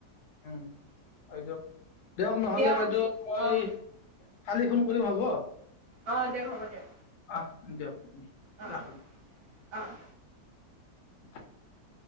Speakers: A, on the left; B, on the right.
A: উম, আৰু এইটো দিয়ক নহ'লে
B: দিয়া
A: বাইদেউ মই
B: অ',
A: কালি ফোন কৰিম হ'ব?
B: অ' দিয়ক হ'ব দিয়ক।
A: তাক দিয়ক।
B: অ'
A: ৰাখোঁ
B: অ'
A: <unintelligible>